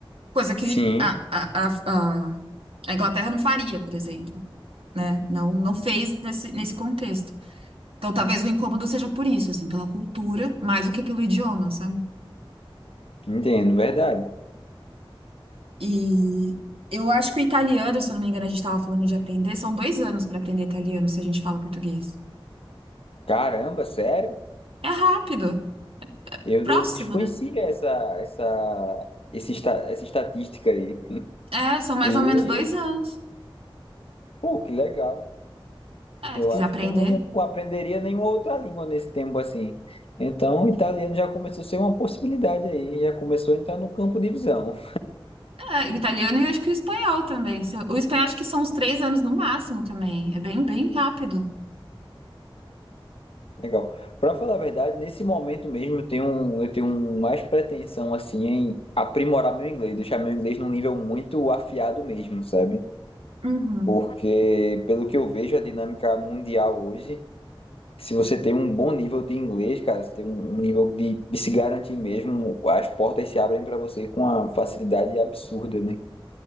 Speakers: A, on the right; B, on the left.
A: Coisa que
B: Sim,
A: a, a, a, a a Inglaterra não faria, por exemplo, né? Não, não fez nesse, nesse contexto. Então, talvez o incômodo seja por isso, assim, pela cultura, mais do que pelo idioma, sabe?
B: entendo, verdade.
A: E eu acho que o italiano, se eu não me engano, a gente estava falando de aprender, são dois anos para aprender italiano se a gente fala português.
B: Caramba, sério?
A: É rápido,
B: Eu,
A: próximo,
B: eu desconhecia
A: né?
B: essa, essa, esse, esta- essa estatística aí.
A: É, são mais
B: E,
A: ou menos dois anos.
B: pô, que legal.
A: É,
B: Eu
A: se quiser
B: acho
A: aprender.
B: que eu não aprenderia nenhuma outra língua nesse tempo assim. Então, o italiano já começou a ser uma possibilidade aí, já começou a entrar no campo de visão.
A: É, o italiano e eu acho que o espanhol também. Se- O espanhol acho que são uns três anos no máximo também. É bem, bem rápido.
B: Legal. Pra falar a verdade, nesse momento mesmo eu tenho, um- eu tenho um- mais pretensão assim em aprimorar meu inglês, deixar meu inglês num nível muito afiado mesmo, sabe?
A: Uhum.
B: Porque pelo que eu vejo a dinâmica mundial hoje, se você tem um bom nível de inglês, cara, você tem um um nível de, de se garantir mesmo, as portas se abrem pra você com uma facilidade absurda, né?